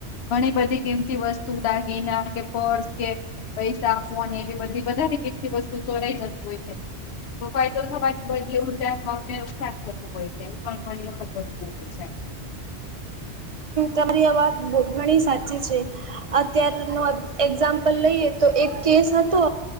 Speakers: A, on the left; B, on the right.
A: ઘણી બધી કિંમતી વસ્તુ દાગીના કે પર્સ કે પૈસા ફોન એવી બધી વધારે કિંમતી વસ્તુ ચોરાઈ જતી હોય છે. ફાયદો થવાની બદલી ઉલ્ટા આપને નુકસાન. હોય છે એ પણ ઘણી વખત બધતું બી છે.
B: તમારી આ વાત ઘણી સાચી છે. અત્યાર નો એક્ઝામ્પલ લઈએ તો એક કેસ હતો.